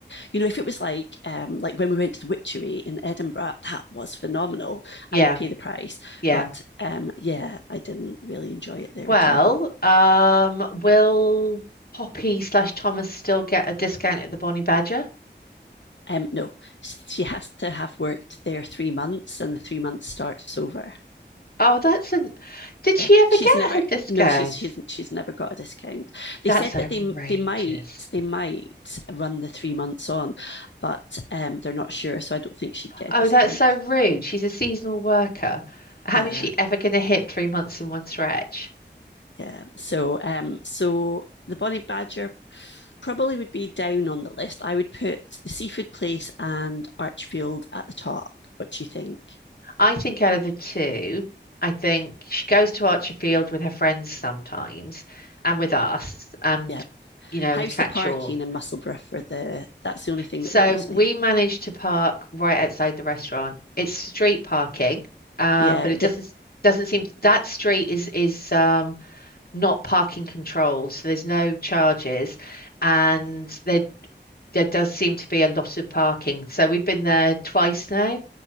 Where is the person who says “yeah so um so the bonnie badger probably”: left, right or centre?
Left